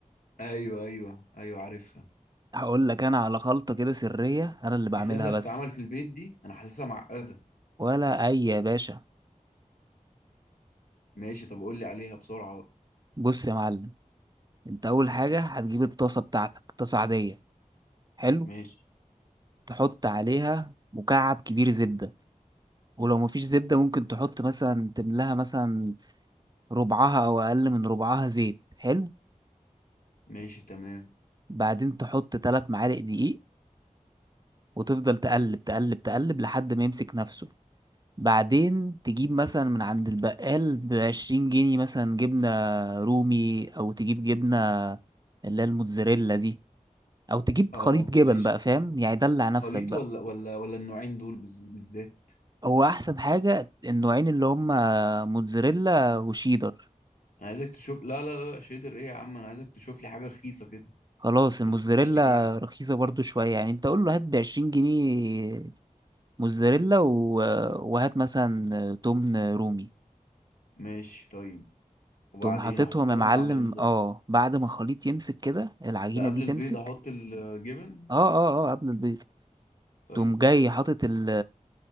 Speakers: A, on the left (about 85°); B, on the right (about 30°).
A: أيوه أيوه أيوه عارفها
B: هقول لك انا على خلطة كده سرية انا اللي بعملها
A: دي سهلة
B: بس
A: تتعمل في البيت دي أنا حاسسها معقدة
B: ولا اي يا باشا
A: ماشي طب قول لي عليها بسرعة بقى
B: بص يا معلم انت اول حاجة هتجيب الطاسة بتاعتك طاسة عادية حلو
A: ماشي
B: تحط عليها مكعب كبير زبدة ولو مفيش زبدة ممكن تحط مثلا تملاها مثلا ربعها او اقل من ربعها زيت حلو
A: ماشي تمام
B: بعدين تحط ثلاث معالق دقيق وتفضل تقلب تقلب تقلب لحد ما يمسك نفسه بعدين تجيب مثلا من عند البقال بعشرين جنيه مثلا جبنة رومي أو تجيب جبنة اللي هي الموتزاريلا دي أو تجيب
A: أه
B: خليط جبن
A: ماشي
B: بقى فاهم يعني دلع نفسك
A: خليط
B: بقى
A: ولا ولا ولا النوعين دول بز- بالذات
B: هو أحسن حاجة النوعين اللي هما موتزاريلا وشيدر
A: أنا عايزك تشوف لا لا لا لا، شيدر إيه يا عم أنا عايزك تشوف لي حاجة رخيصة كده
B: خلاص الموتزاريلا
A: أنا لسه بشتكي لك
B: رخيصة برضو شوية يعني أنت قول له هات بعشرين جنيه موتزاريلا و... وهات مثلا تمن رومي
A: ماشي طيب وبعدين
B: تقوم حاططهم
A: احطهم
B: يا معلم
A: على ال...
B: اه بعد ما الخليط يمسك كده العجينة
A: ده قبل
B: دي تمسك
A: البيض احط الجبن
B: اه اه اه قبل البيض
A: طيب
B: تقوم جاي حاطط ال